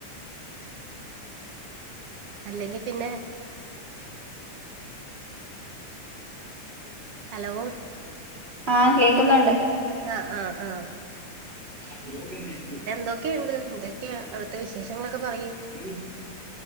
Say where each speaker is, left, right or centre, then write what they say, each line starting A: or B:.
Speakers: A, on the right; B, on the right.
A: അല്ലെങ്കി പിന്നെ. ഹലോ
B: ആ കേക്കുന്നുണ്ട്
A: ആഹ് ആഹ് ആഹ്
B: <unintelligible> യോഗ <unintelligible>
A: പിന്നെ എന്തൊക്കെയ്ണ്ട് എന്തെക്കെയാ അവിട്ത്തെ വിശേഷങ്ങളൊക്കെപറയ്.
B: ഉം